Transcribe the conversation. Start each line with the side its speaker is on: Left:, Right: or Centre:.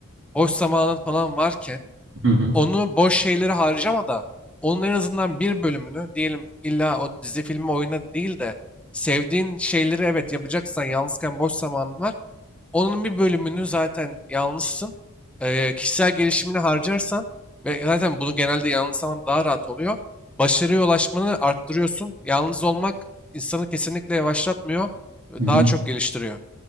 Centre: boş zamanın falan varken
Right: Hı hı.
Centre: onu boş şeylere harcama da onun en azından bir bölümünü diyelim illa o dizi filmi oyuna değil de sevdiğin şeyleri evet yapacaksan yalnızken boş zamanın var. Onun bir bölümünü zaten yalnızsın. eee, kişisel gelişimine harcarsan ve zaten bunu genelde yalnız zaman daha rahat oluyor. Başarıya ulaşmanı arttırıyorsun. Yalnız olmak insanı kesinlikle yavaşlatmıyor. Daha
Right: Hı hı.
Centre: çok geliştiriyor.